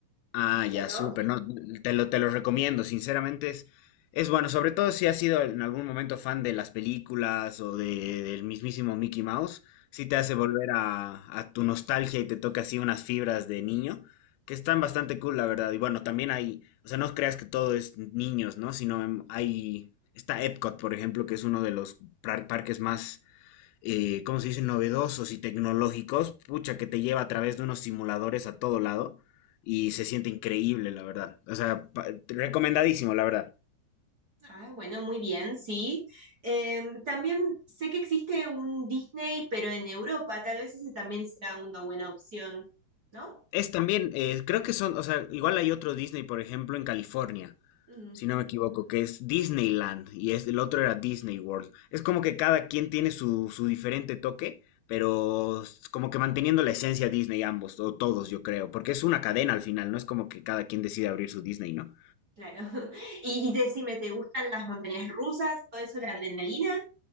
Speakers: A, on the left; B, on the right.
A: Ah,
B: Lindo,
A: ya, súper, no, te lo, te lo recomiendo, sinceramente es, es bueno, sobre todo si has sido en algún momento fan de las películas o de, del mismísimo Mickey Mouse, sí te hace volver a, a tu nostalgia y te toca así unas fibras de niño, que están bastante cool, la verdad, y bueno, también hay, o sea, no creas que todo es niños, ¿no? Sino em, hay, está Epcot, por ejemplo, que es uno de los par- parques más eh, ¿cómo se dice?, novedosos y tecnológicos, pucha, que te lleva a través de unos simuladores a todo lado y
B: ¿no?
A: se siente increíble, la verdad. O sea, pa- recomendadísimo, la verdad.
B: Ah, bueno, muy bien, sí. Em, también sé que existe un Disney, pero en Europa, tal vez ese también sea una buena opción, ¿no?
A: Es también, eh, creo que son, o sea, igual hay otro Disney, por ejemplo, en California,
B: Mm,
A: si no me equivoco, que es Disneyland y es, el otro era Disney World. Es como que cada quien tiene su, su diferente toque, pero s- como que manteniendo la esencia Disney ambos, o todos, yo creo, porque es una cadena al final, no es como que cada quien decide abrir su Disney, ¿no?
B: claro. <laughs> Y, y decime, ¿te gustan las montañas rusas? ¿Todo eso, la adrenalina?